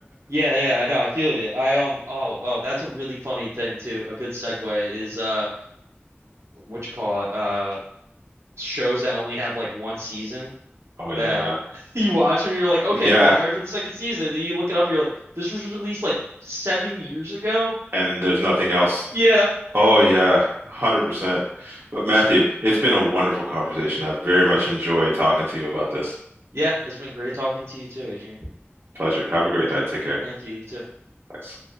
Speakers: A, on the right; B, on the right.
A: yeah, yeah. I know. I feel you. I um. Oh, oh, that's a really funny thing too. A good segue is uh, what you call it? Uh, shows that only have like one season
B: Oh yeah.
A: that <laughs> you watch them, you're like, okay,
B: Yeah.
A: cool. I'm ready for the second season. Then you look it up, you're like, this was released like seven years ago.
B: And there's nothing else.
A: Yeah,
B: Oh yeah, 100%. But Matthew, it's been a wonderful conversation. I've very much enjoyed talking to you about this.
A: Yeah, it's been great talking to you too, Adrian.
B: Pleasure. Have a great night. Take care.
A: Thank you. You too.
B: Thanks.